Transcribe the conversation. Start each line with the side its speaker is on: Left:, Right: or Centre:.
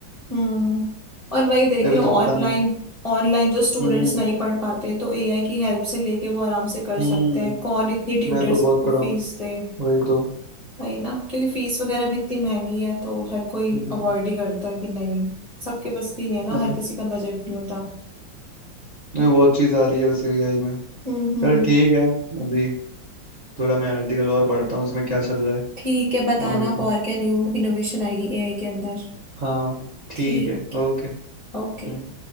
Left: हम्म और वही देख
Right: अभी
Left: लो
Right: तो
Left: ऑनलाइन
Right: पता नहीं
Left: ऑनलाइन जो स्टूडेंट्स
Right: हम्म
Left: नहीं पढ़ पाते हैं, तो एआई की हेल्प से लेके वो आराम से कर
Right: हम्म
Left: सकते हैं कौन इतनी ट्यूटर्स
Right: मैं तो बहुत
Left: को
Right: पढ़ा
Left: फीस
Right: हूँ
Left: दे
Right: वही तो
Left: वही ना क्योंकि फीस वगैरह भी इतनी महंगी है तो हर कोई
Right: हम्म
Left: अवॉइड ही करता है कि नहीं सबके बस की नहीं है ना
Right: अभी
Left: हर किसी का बजट नहीं होता
Right: अभी बहुत चीज आ रही है वैसे भी आई में
Left: हम्म हम्म
Right: चल ठीक है अभी थोड़ा मैं आर्टिकल और पढ़ता हूँ उसमें क्या चल रहा है
Left: ठीक है बताना
Right: और क्या
Left: आप और क्या न्यू इनोवेशन आएगी एआई के अंदर
Right: हाँ ठीक
Left: ठीक
Right: है ओके हम्म
Left: ओके